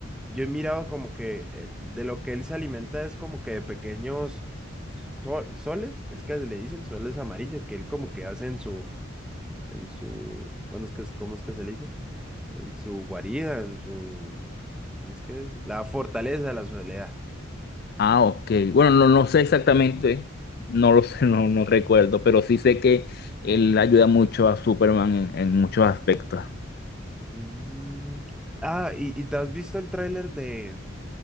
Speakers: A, in the centre; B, on the left (about 50°).
A: yo he mirado como que eh, de lo que él se alimenta es como que de pequeños sol- soles, es que le dicen soles amarillos, que él como que hace en su, en su, bueno, es que, es- ¿cómo es que se le dice? En su guarida, en su, ¿cómo es que es? La fortaleza de la soledad.
B: Ah, ok. Bueno, no, no sé exactamente, no lo sé, <laughs> no, no recuerdo, pero sí sé que él ayuda mucho a Superman en en muchos aspectos.
A: Mm. Ah, y, y te has visto el tráiler de,